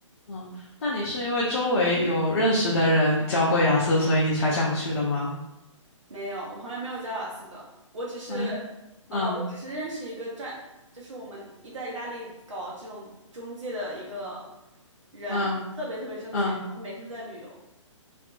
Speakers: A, on the left; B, on the right.
A: 嗯，那你是因为周围有认识的人教过雅思，所以你才想去的吗？
B: 没有，我旁边没有加瓦斯的，我只是，
A: 嗯嗯
B: 呃，我只是认识一个转，就是我们一在意大利搞这种中介的一个人，
A: 嗯
B: 特别特别挣钱，
A: 嗯，
B: 然后每天都在旅游，